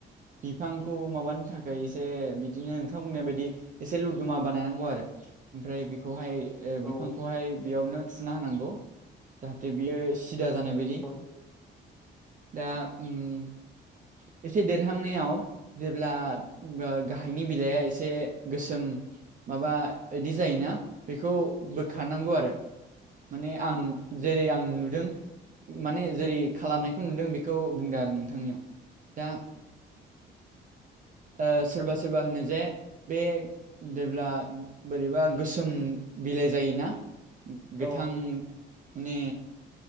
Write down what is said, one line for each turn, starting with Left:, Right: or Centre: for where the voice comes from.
Right: बिफांखौ माबानो थाखाय एसे बिदिनो नोंथां बुंनाय बायदि एसे लुदुमा बानायनांगौ आरो ओमफ्राय बेखौहाय ओ
Centre: औ
Right: बिफांखौहाय बेयावनो थुना होनांगौ जाहाथे बियो सिदा जानायबादि
Centre: औ
Right: दा उम एसे देरहांनायाव जेब्ला ओ गाहायनि बिलाइआ एसे गोसोम माबा ओइदि जायोना बेखौ बोखारनांगौ आरो माने आं जेरै आं नुदों माने जेरै खालामनायखौ नुदों बेखौ बुंदों आरो नोंथांनियाव दा ओ सोरबा सोरबा होनो जे बे देब्ला बोरैबा गोसोम बिलाइ जायोना
Centre: औ
Right: गोथां ने